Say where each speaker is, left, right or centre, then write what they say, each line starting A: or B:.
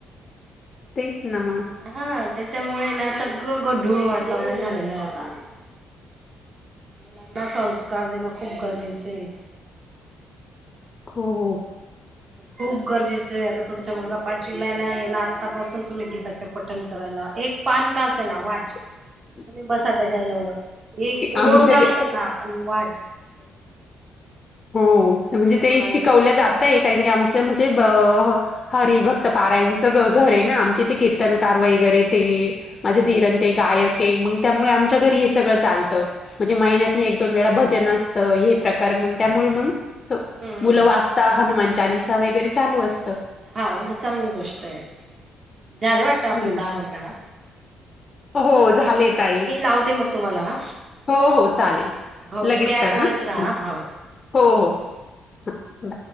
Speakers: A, on the left; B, on the right.
A: तेच ना मग,
B: हा त्याच्यामुळे ना सगळं गढूळ वातावरण झालेलं आहे आता? मुलांना संस्कार देणं खूप गरजेचं आहे.
A: हो हो,
B: खूप गरजेचं आहे आता तुमचा मुलगा पाचवीला हाय ना याला आतापासून तुम्ही गीताच्या? पटन करायला एक पान का अस आहे ना वाच!
A: ह,
B: तुम्ही बसा त्याच्याच्यावळ एक ओळख
A: आमचे
B: असेल ना आपण वाच? असं
A: हो
B: खरंच
A: म्हणजे ते
B: मुलांना
A: शिकवलं जातंय कारणकी आमचं म्हणजे ब? हरी भक्त पारायंणचं घर आहे ना आमचे ते कीर्तनकार वगैरे ते! माझे धीर आणि ते गायक आहे मग त्यामुळे आमच्या घरी हे सगळं चालतं. म्हणजे महिन्यात म एक दोन वेळा भजन असतं हे प्रकार मग त्यामुळे मग, अस
B: हम्म
A: मुलं वाचता हनुमान चालिसा वगैरे चालू असत.
B: हा मग चांगली गोष्ट आहे झाले वाटत
A: हं.
B: आपले दहा मिनटं हा.
A: हो झाले ताई
B: मी लावते मग तुम्हाला हा
A: हो हो चालेल.
B: हो
A: लगेच
B: तुम्ही ऍपवरच
A: करा
B: राहा
A: हा
B: हो
A: हो हो, हं.